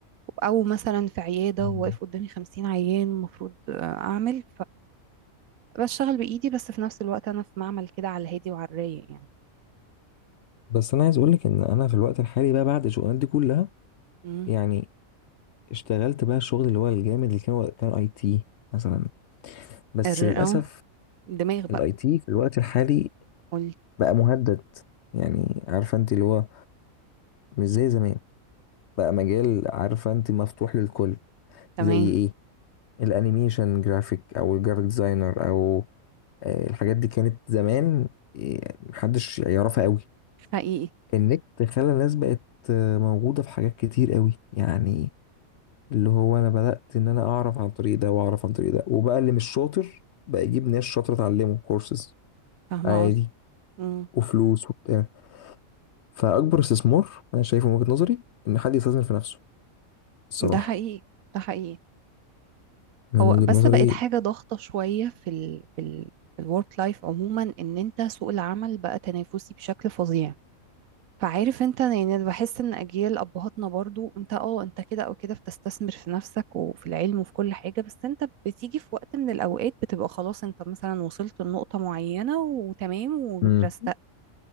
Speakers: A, on the right; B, on the left.
A: أو مثلا في عيادة
B: امم
A: وواقف قدامي خمسين عيان المفروض آه، أعمل فبشتغل بإيدي بس في نفس الوقت أنا في معمل كده على الهادي وعلى الرايق يعني
B: بس انا عايز اقولك ان انا في الوقت الحالي بقى بعد الشغلانات دي كلها
A: مم.
B: يعني اشتغلت بقى الشغل اللي هو الجامد اللي كان كان اي تي مثلا بس
A: الر-
B: للاسف
A: أه الدماغ بقى
B: الاي تي في الوقت الحالي
A: قولي
B: بقى مهدد يعني عارفه انت اللي هو مش زي زمان بقى مجال عارفه انت مفتوح للكل
A: تمام
B: زي ايه الانيميشن جرافيك او الجرافيك ديزاينر او آه، الحاجات دي كانت زمان آه، محدش يعرفها قوي
A: حقيقي
B: النت خلى الناس بقت آه، موجودة في حاجات كتير قوي يعني اللي هو انا بدأت ان انا اعرف عن طريق ده واعرف عن طريق ده وبقى اللي مش شاطر بقى يجيب ناس شاطرة تعلمه كورسز
A: فاهمة
B: عادي
A: قصدك مم.
B: وفلوس وبتاع فأكبر استثمار أنا شايفه من وجهة نظري إن حد يستثمر في نفسه الصراحة
A: ده حقيقي ده حقيقي
B: من
A: هو
B: وجهة
A: بس
B: نظري
A: بقت حاجة ضغطة شوية في ال في ال الورك لايف عموما ان انت سوق العمل بقى تنافسي بشكل فظيع فعارف انت يعني أنا بحس ان اجيال ابهاتنا برضو انت اه انت كده او كده بتستثمر في نفسك وفي العلم وفي كل حاجة بس انت بتيجي في وقت من الاوقات بتبقى خلاص انت مثلا وصلت لنقطة معينة وتمام وترستق
B: امم